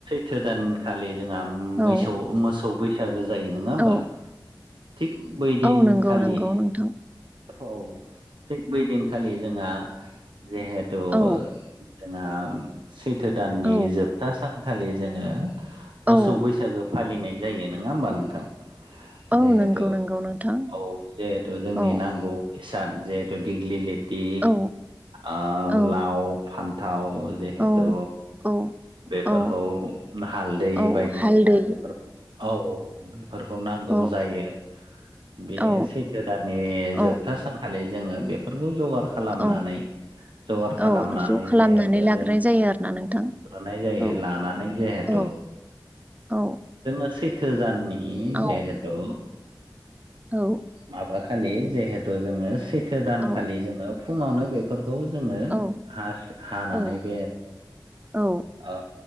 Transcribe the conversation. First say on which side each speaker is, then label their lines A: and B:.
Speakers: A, on the right; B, on the right.
A: थोदानखालि जोंहा मोसौ
B: औ
A: मोसौ बैसागो जायो नोङा होमबा।
B: औ
A: थिग बैदिन
B: औ नंगौ
A: खालि।
B: नंगौ नोंथां
A: औ थिग बैदिनखालि जोंहा जिहेथु
B: औ
A: जोंहा सैथो दाननि
B: औ
A: जोबथा सानखालि जोङो
B: औ
A: मोसौ बैसागो फालिनाय जायो नङा होमबा नोंथां।
B: औ
A: जिहेथु
B: नंगौ नंगौ नोंथां
A: औ जिहेथु जोंनि
B: औ
A: नांगौ फिसाद जिहेतु दिगलि लेथि
B: औ
A: आ
B: औ
A: लाव फान्थाव जेहेटु
B: औ औ
A: बेफोरखौ
B: औ
A: हालदै
B: औ
A: बायदिसिना
B: हालदै
A: बेफोरखौ औ औ औ। बेफोरखौ नांगौ
B: औ
A: जायो बे
B: औ
A: सैथो दानानि
B: औ
A: जोबथा सान। खालि जोङो बेफोरखौ जगार खालामनानै
B: औ
A: जगार खालामनानै
B: औ ज' खालामनानै
A: जिहेथु
B: लाग्रोनाय
A: जों।
B: जायो आरोना नोंथां
A: लानाय जायो
B: औ
A: लानानै जिहेतु
B: औ औ
A: जों सै थो दाननि
B: औ
A: जिहेथु।
B: औ।
A: माबा खालि जिहेथु जोङो सैथो दानखालि
B: औ
A: जोङो फुङावनो बे बेफोरखौ जोङो
B: औ
A: हास हानानै
B: औ
A: बे।
B: औ
A: ओ